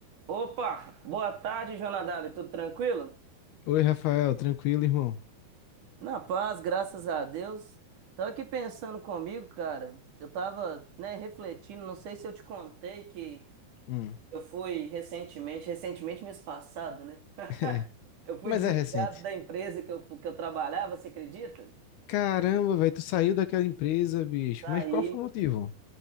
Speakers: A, on the right; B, on the left.
A: Opa, boa tarde, Jonadab, tudo tranquilo?
B: Oi, Rafael, tranquilo, irmão?
A: Na paz, graças a Deus. Tava aqui pensando comigo, cara. Eu tava, né, refletindo, não sei se eu te contei que
B: Hum,
A: eu fui recentemente, recentemente mês passado, né?
B: <laughs> é.
A: Eu fui
B: Mas
A: desligado
B: é recente.
A: da empresa que eu, fu- que eu trabalhava, você acredita?
B: Caramba, velho, tu saiu daquela empresa, bicho.
A: Saí,
B: Mas qual foi o motivo?